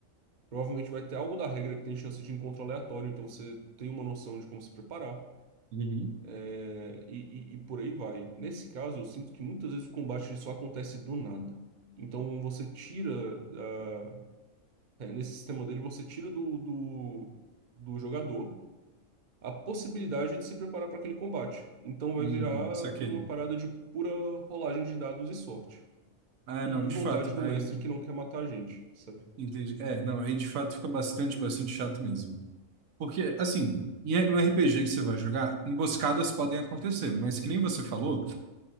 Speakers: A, on the right; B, on the right.
A: Provavelmente vai ter algo da regra que tem chance de encontro aleatório, então você tem uma noção de como se preparar.
B: Uhum.
A: É, e, e- e por aí vai. Nesse caso, eu sinto que muitas vezes o combate ele só acontece do nada. Então você tira. ah, é, nesse sistema dele, você tira do, do do jogador. a possibilidade de se preparar para aquele combate. Então vai
B: Hum,
A: virar
B: saquei.
A: uma parada de pura rolagem de dados e sorte.
B: Ah,
A: E,
B: não,
A: e
B: de
A: vontade
B: fato,
A: do
B: aí
A: mestre que não quer matar a gente, sabe?
B: entendi. É, não, aí de fato fica bastante, bastante chato mesmo. Porque, assim, em um RPG que você vai jogar, emboscadas podem acontecer, mas que nem você falou.